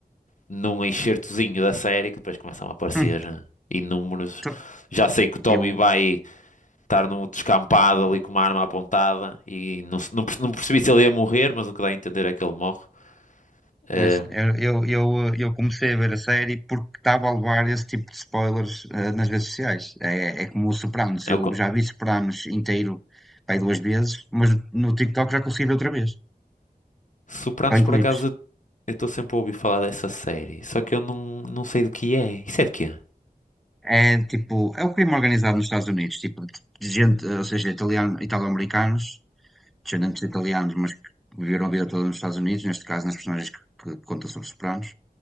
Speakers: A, on the left; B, in the centre.
A: num excertozinho da série que depois começam a aparecer
B: hum,
A: né, inúmeros.
B: tá,
A: Já sei que o Tommy
B: eu
A: vai estar no descampado ali com uma arma apontada e não, se- não, perce- não percebi se ele ia morrer, mas o que dá a entender é que ele morre. Ahm,
B: Mas eu, eu, eu, eu comecei a ver a série porque estava a levar esse tipo de spoilers eh, nas redes sociais. É, é como o Sopranos.
A: é
B: Eu
A: o co-
B: já vi Sopranos inteiro pai, duas vezes, mas no TikTok já consegui ver outra vez,
A: Sopranos,
B: só em
A: por
B: clipes.
A: acaso, eu estou sempre a ouvir falar dessa série, só que eu não, não sei de que é. Isso é de quê?
B: É tipo, é o crime organizado nos Estados Unidos, tipo, de gente, eh, ou seja, italiano, italo-americanos, descendentes de italianos, mas que viveram a vida toda nos Estados Unidos, neste caso nas personagens que, que contam sobre Sopranos.